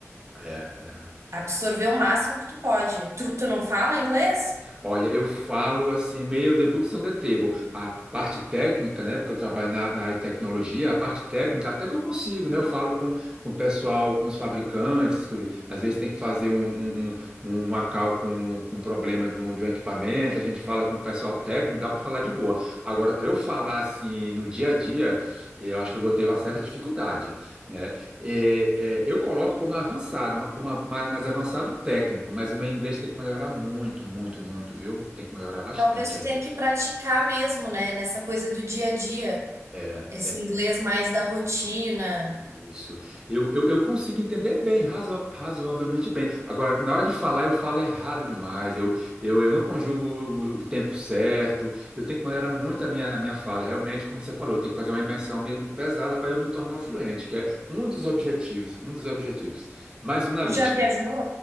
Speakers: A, on the right (about 15°); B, on the right (about 65°).
A: é. é.
B: absorver o máximo que tu pode. Tu, tu não fala inglês?
A: Olha, eu falo assim, meio the books on the table. A parte técnica, né? Porque eu trabalho na, na área de tecnologia, a parte técnica, até que eu consigo, né? Eu falo com, com o pessoal, com os fabricantes, que às vezes tem que fazer um, um, um, uma cal com, com problema de um, de um equipamento, a gente fala com o pessoal técnico, dá para falar de boa. Agora, para eu falar assim no dia a dia, eu acho que eu vou ter uma certa dificuldade, né? É, é, eu coloco como avançado, uma- como a- mais, mais avançado técnico, mas o meu inglês tem que melhorar muito, muito, muito, viu? Tem que melhorar bastante
B: Talvez
A: ainda.
B: tu tenha que praticar mesmo, né? Nessa coisa do dia a dia.
A: É,
B: Esse inglês mais da rotina.
A: isso. Eu, eu, eu consigo entender bem, razo- razoavelmente bem. Agora, na hora de falar, eu falo errado demais. Eu, eu, eu não conjugo o, o tempo certo. Eu tenho que melhorar muito a minha, a minha fala. Realmente, como você falou, eu tenho que fazer uma imersão mesmo pesada para eu me tornar fluente, que é um dos objetivos, um dos objetivos. Mais um na
B: Tu
A: lista.
B: já viajou?